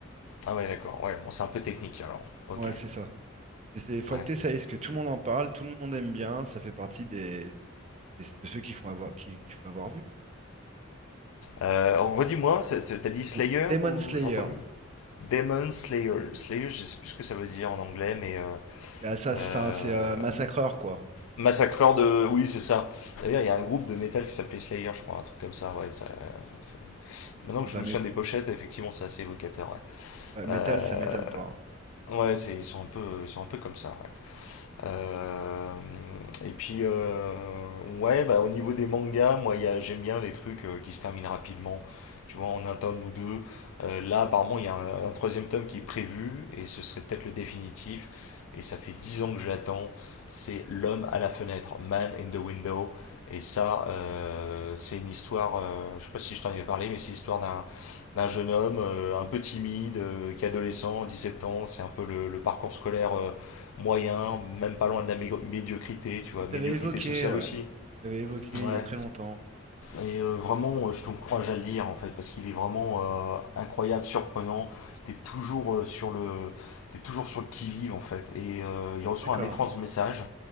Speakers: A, on the left; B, on the right.
A: Ah ouais, d'accord. Ouais, bon, c'est un peu technique alors. Ok.
B: Ouais, c'est ça. Mais c'est faudrait
A: Ouais.
B: que t'essayes, parce que tout le monde en parle, tout le monde aime bien. Ça fait partie des, des- de ceux qu'il faut avoir, qui, qu'il faut avoir vu.
A: Euh, redis-moi, t'as dit Slayer
B: Ou Demon
A: ou
B: Slayer.
A: j'ai entendu? Demon Slayer. Slayer, je sais plus ce que ça veut dire en anglais, mais euh,
B: C'est assassin,
A: euh,
B: c'est euh, massacreur, quoi.
A: massacreur de. Oui, c'est ça. D'ailleurs, il y a un groupe de métal qui s'appelait Slayer, je crois, un truc comme ça. Ouais, ça- c'est- Maintenant que
B: Ah
A: je
B: bah
A: me souviens
B: mét-
A: des pochettes, effectivement, c'est assez évocateur. Ouais,
B: ouais, métal,
A: Euh,
B: ça m'étonne pas. hein.
A: ouais, c'est- ils sont un peu, ils sont un peu comme ça. Ouais. Euh, et puis, euh, ouais, bah, au niveau des mangas, moi, il y a- j'aime bien les trucs euh, qui se terminent rapidement, tu vois, en un tome ou deux. Euh, là, apparemment, il y a un, un troisième tome qui est prévu, et ce serait peut-être le définitif. Et ça fait dix ans que j'attends. C'est L'homme à la fenêtre, Man in the Window. Et ça, euh, c'est une histoire, euh, je sais pas si je t'en avais parlé, mais c'est l'histoire d'un d'un jeune homme euh, un peu timide, euh, qui est adolescent, 17 ans. C'est un peu le, le parcours scolaire. euh, moyen, même pas loin de la médiocrité, tu vois,
B: Tu t'avais
A: médiocrité
B: évoqué,
A: sociale
B: ouais.
A: aussi.
B: Tu t'avais évoqué
A: Ouais.
B: il y a très longtemps.
A: Et euh, vraiment, euh, je t'encourage à le lire en fait, parce qu'il est vraiment euh, incroyable, surprenant. T'es toujours euh, sur le, t'es toujours sur le qui vive en fait. Et euh, il reçoit
B: D'accord,
A: un étrange message